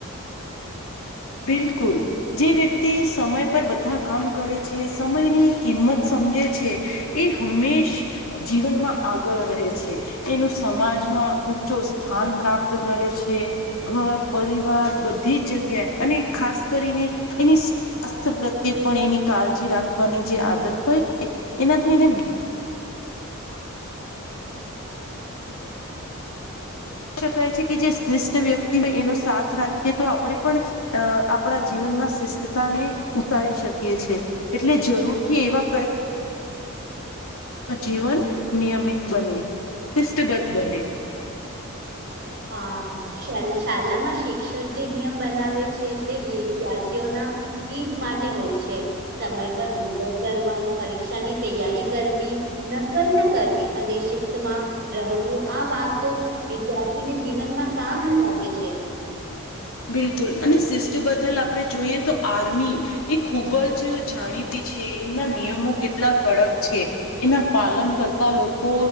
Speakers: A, on the left (about 75°); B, on the right (about 50°).
A: બિલકુલ. જે વ્યક્તિ સમય પર બધા કામ કરે છે સમયની કિંમત સમજે છે. એ હંમેશ જીવનમાં આગળ રહે છે. એનું સમાજમાં ઊંચો સ્થાન પ્રાપ્ત કરે છે. ઘર પરિવાર બધી જ જગ્યાએ અને ખાસ કરીને એની સ્વસ્થ પ્રત્યે પણ એની કાળજી રાખવાની જે આદત હોય એનાથી એને કહી શકાય છે કે જે શ્રેષ્ઠ વ્યક્તિ હોય એનો સાથ રાખીએ તો આપણે પણ અ આપડા જીવનમાં શિસ્તતાને ઉતારી શકીએ છે એટલે જરૂરથી એવા પ્ર જીવન નિયમિત બને શિષ્ટગત બને
B: હા શાળામાં શિક્ષક જે નિયમ બનાવે છે તે વિદ્યાર્થીઓના હિત માટે હોય છે સમય પર હોમવર્ક કરવા પરીક્ષાની તૈયારી કરવી નકલ ન કરવી અને શસ્તમાં રહેવું આ વાતો વિદ્યા થીને જીવન માં કામ લાગે છે
A: બિલકુલ અને શિસ્ટ્ટ બદલ આપડે જોઈએ તો આર્મી એ ખૂબ જ જાણીતી છે એમના નિયમો કેટલા કડક છે એના પાલન કરતા લોકો